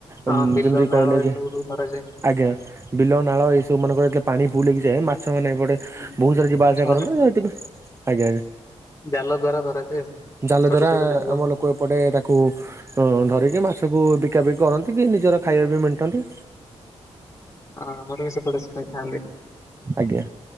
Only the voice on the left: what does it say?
ହଁ
ବିଲ
ନାଳ
ଏସବୁରୁ
ଧରାଯାଏ
ହୁଁ।
ମାଛ
ମାନ
ଜାଲ ଦ୍ଵାରା ଧରାଯାଏ
ଛୋଟ
ଛୋଟ ଜାଲ। ହଁ
ଆ ଆମର ବି ସେପଟେ ଶୁଣିଥାଆନ୍ତି।